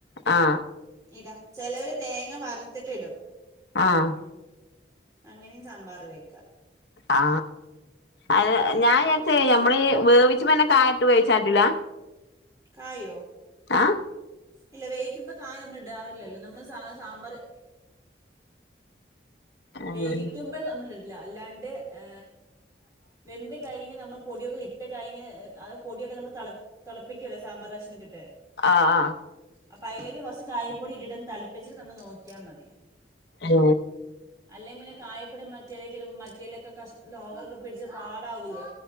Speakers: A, on the left; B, on the right.
A: ആ
B: ഇടാ ചെലോര് തേങ്ങ വറുത്തിട്ട് ഇടും
A: ആ
B: അങ്ങനേം സാമ്പാറ് വെക്കാ
A: ആ അയ്ന് ഞാൻ ചാരിച്ചേ ഞമ്മളീ വേവിച്ചുമ്പന്നെ കായട്ട് വേവിച്ചാ പറ്റൂല
B: കായോ
A: ആഹ്
B: ഇല്ല വേയിക്കുമ്പ കായം നമ്മളിടാറില്ലല്ലോ നമ്മള് സാധ സാമ്പാറ്
A: ആഹ്
B: വേവിക്കുമ്പൊ നമ്മളിടില്ല അല്ലാണ്ട് ഏ വെന്ത് കഴിഞ്ഞ് നമ്മള് പൊടിയൊക്ക ഇട്ട് കഴിഞ്ഞ് അത് പൊടിയൊക്ക നമ്മള് തെള പ്പിക്കല്ലോ സാമ്പാറ് കഷ്ണട്ടിട്ട്
A: ആ ആ
B: അപ്പയിലേക്ക് കൊർച്ച് കായപ്പൊടി ഇട്ടിട്ടൊന്ന് തളപ്പിച്ചിട്ട് നമ്മള് നോക്ക്യ മതി
A: ആ
B: അല്ലേ പിന്നെ കായപ്പൊടി മറ്റേലേക്കിടുമ്പം മറ്റേലൊക്കെ കഷ്ണത്തിൽ ഓവർക് പിടിച്ച് പാടാവൂല്ലേ